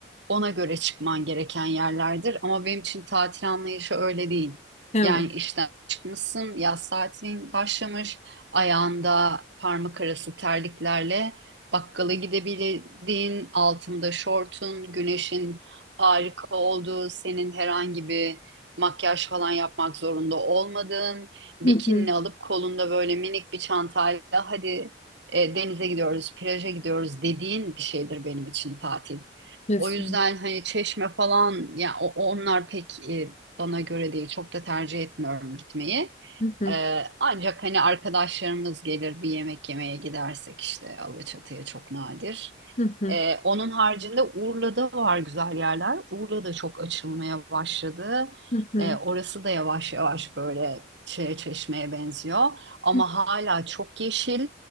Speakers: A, on the right; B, on the left.
A: ona göre çıkman gereken yerlerdir. Ama benim için tatil anlayışı öyle değil.
B: Evet.
A: Yani işten çıkmışsın, yaz tatilin başlamış, ayağında parmak arası terliklerle bakkala gidebildiğin, altında şortun, güneşin harika olduğu, senin herhangi bir makyaj falan yapmak zorunda olmadığın, bikinini
B: <laughs>
A: alıp kolunda böyle minik bir çantayla hadi e, denize gidiyoruz, plaja gidiyoruz dediğin bir şeydir benim için tatil.
B: Kesinlikle.
A: O yüzden hani Çeşme falan ya o- onlar pek e, bana göre değil. Çok da tercih etmiyorum gitmeyi.
B: Hı hı,
A: Ee, ancak hani arkadaşlarımız gelir bir yemek yemeye gidersek işte Alaçatı'ya çok nadir.
B: hı hı,
A: Ee, onun haricinde Urla'da var güzel yerler. Urla'da çok açılmaya başladı.
B: hı hı,
A: Ee, orası da yavaş yavaş böyle şeye, Çeşme'ye benziyor. Ama
B: hı
A: hala çok yeşil